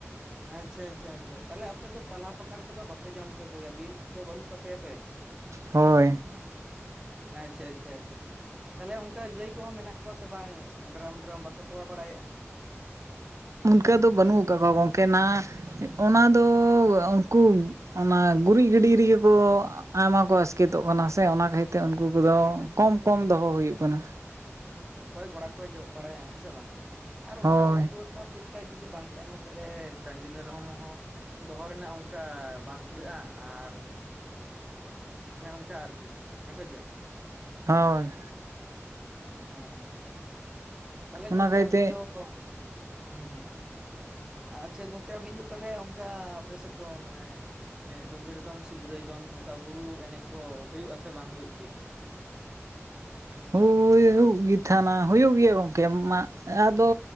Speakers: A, on the right; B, on the right.
A: ᱟᱪᱪᱷᱟ, ᱟᱪᱪᱷᱟ, ᱟᱪᱪᱷᱟ ᱛᱟᱦᱚᱞᱮ ᱟᱯᱮ ᱫᱚ ᱯᱟᱞᱦᱟ ᱯᱟᱠᱟᱲ ᱠᱚᱫᱚ ᱵᱟᱯᱮ ᱡᱚᱢ ᱦᱚᱪᱚ ᱠᱚᱜᱮᱭᱟ ᱵᱤᱨ ᱫᱚ ᱵᱟᱹᱱᱩᱜ ᱛᱟᱯᱮᱭᱟ ᱥᱮ᱾
B: ᱦᱳᱭ
A: ᱟᱪᱪᱷᱟ, ᱟᱪᱪᱷᱟ, ᱟᱪᱪᱷᱟ ᱛᱟᱦᱚᱞᱮ ᱚᱱᱠᱟ ᱜᱟᱹᱭ ᱠᱚᱦᱚᱸ ᱢᱮᱱᱟᱜ ᱠᱚᱣᱟ ᱥᱮ ᱵᱟᱝ ᱰᱨᱟᱢ ᱰᱨᱟᱢ ᱵᱟᱠᱚ ᱛᱚᱣᱟ ᱵᱟᱲᱟᱭᱮᱫᱼᱟ?
B: ᱚᱱᱠᱟᱹ ᱫᱚ ᱵᱟᱹᱱᱩᱜ ᱟᱠᱟᱫ ᱠᱚᱣᱟ ᱜᱚᱝᱠᱮ ᱱᱟ ᱚᱱᱟ ᱫᱚ ᱩᱱᱠᱩ ᱚᱱᱟ ᱜᱩᱨᱤᱡ ᱜᱤᱰᱤ ᱨᱮᱜᱮ ᱠᱚ ᱟᱭᱢᱟ ᱠᱚ ᱟᱥᱠᱮᱛᱚᱜ ᱠᱟᱱᱟ ᱥᱮ ᱚᱱᱟ ᱠᱷᱟᱹᱛᱤᱨ᱾ ᱛᱮ ᱩᱱᱠᱩ ᱠᱚᱫᱚ
A: ᱦᱮᱸ ᱦᱮᱸ
B: ᱠᱚᱢ ᱠᱚᱢ ᱫᱚᱦᱚ ᱦᱩᱭᱩᱜ ᱠᱟᱱᱟ᱾
A: ᱚᱠᱚᱭ ᱜᱚᱲᱟ ᱠᱚᱭ ᱡᱚᱜ ᱵᱟᱲᱟᱭᱟ ᱦᱮᱸ ᱥᱮ ᱵᱟᱝ ᱟᱨ
B: ᱦᱳᱭ
A: ᱚᱱᱠᱟ ᱚᱲᱟᱜ ᱫᱩᱣᱟᱹᱨ ᱠᱚᱦᱚᱸ ᱴᱷᱤᱠ ᱴᱷᱟᱠ ᱡᱩᱫᱤ ᱵᱟᱝ ᱛᱟᱦᱮᱱᱟ ᱛᱟᱦᱚᱞᱮ ᱰᱟᱝᱨᱤ ᱢᱮᱨᱚᱢ ᱦᱚᱸ ᱫᱚᱦᱚ ᱨᱮᱱᱟᱜ ᱚᱱᱠᱟ ᱵᱟᱝ ᱠᱩᱲᱟᱹᱜᱼᱟ ᱟᱨ ᱚᱱᱮ ᱚᱱᱠᱟ ᱟᱨᱠᱤ ᱦᱮᱸ ᱥᱮ ᱪᱮᱫ
B: ᱦᱳᱭ
A: ᱦᱮᱸ ᱦᱮᱸ ᱦᱮᱸ ᱛᱟᱦᱚᱞᱮ
B: ᱚᱱᱟ
A: ᱜᱚᱝᱠᱮ
B: ᱠᱷᱟᱹᱛᱤᱨ
A: ᱟᱵᱤᱱ
B: ᱛᱮ
A: ᱫᱚ ᱦᱮᱸ ᱟᱪᱪᱷᱟ ᱜᱚᱝᱠᱮ ᱟᱵᱤᱱ ᱫᱚ ᱛᱟᱦᱞᱮ ᱚᱱᱠᱟ ᱟᱯᱮ ᱥᱮᱫ ᱫᱚ ᱚᱱᱮ ᱫᱩᱝᱜᱟᱹᱲ ᱫᱚᱱ ᱥᱤᱝᱨᱟᱹᱭ ᱫᱚᱱ ᱚᱱᱠᱟ ᱵᱩᱨᱩ ᱮᱱᱮᱡ ᱠᱚ ᱦᱩᱭᱩᱜ ᱟᱥᱮ ᱵᱟᱝ ᱦᱩᱭᱩᱜ ᱜᱮᱭᱟ?
B: ᱦᱩᱭᱩᱜ ᱜᱮ ᱛᱟᱦᱮᱱᱟ ᱦᱩᱭᱩᱜ ᱜᱮᱭᱟ ᱜᱚᱢᱠᱮ ᱢᱟ ᱟᱫᱚ